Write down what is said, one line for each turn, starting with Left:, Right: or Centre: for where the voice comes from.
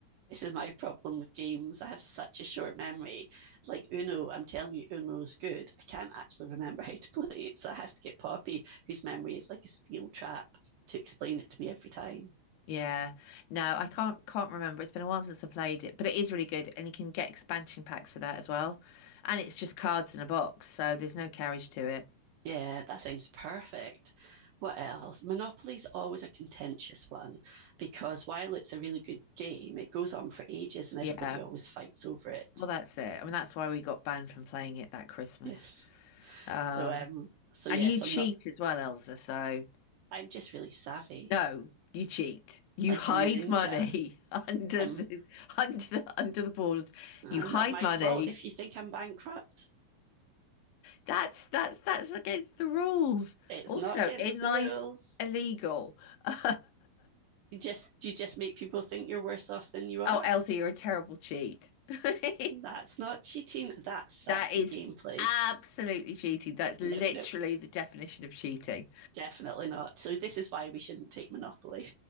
Right: This is my problem with games. I have such a short memory. Like Uno, I'm telling you, Uno's good. I can't actually remember <laughs> how to play it. So I have to get Poppy, whose memory is like a steel trap, to explain it to me every time.
Left: Yeah. No, I can't can't remember. It's been a while since I played it, but it is really good, and you can get expansion packs for that as well. And it's just cards in a box, so there's no carriage to it.
Right: Yeah, that sounds perfect. What else? Monopoly's always a contentious one because while it's a really good game, it goes on for ages and
Left: Yeah.
Right: everybody always fights over it.
Left: Well, that's it. I mean, that's why we got banned from playing it that Christmas.
Right: Yes.
Left: Um,
Right: So um so
Left: And
Right: yes,
Left: you cheat
Right: I'm not
Left: as well, Elsa. So
Right: I'm just really savvy.
Left: no, you cheat. You
Right: Like
Left: hide
Right: a ninja.
Left: money <laughs> under
Right: I'm
Left: the under the under the board.
Right: "Ah,
Left: You hide
Right: not my
Left: money.
Right: fault if you think I'm bankrupt.
Left: That's that's that's against the rules.
Right: It's
Left: Also,
Right: not against
Left: in life,
Right: the rules.
Left: illegal. <laughs>
Right: You just you just make people think you're worse off than you are.
Left: Oh, Elsa, you're a terrible cheat. <laughs>
Right: That's not cheating. That's savvy
Left: That is
Right: gameplay.
Left: absolutely cheating. That's literally
Right: Nope, nope,
Left: the definition of cheating.
Right: definitely not. So this is why we shouldn't take Monopoly.